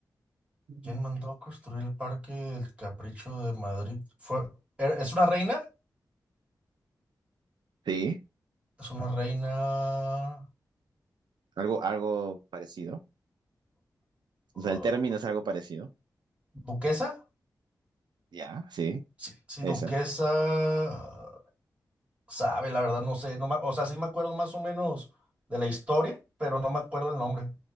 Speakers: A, on the right; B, on the right.
A: Ujú.
B: ¿Quién mandó a construir el parque del Capricho de Madrid? Fue, er- ¿es una reina?
A: Sí,
B: ¿Es una reina
A: algo, algo parecido. O
B: uh,
A: sea, el término es algo parecido.
B: duquesa?
A: Ya, sí,
B: Sí, sí,
A: esa.
B: duquesa. uh, Sabe, la verdad, no sé. No me- o sea, sí me acuerdo más o menos de la historia, pero no me acuerdo el nombre.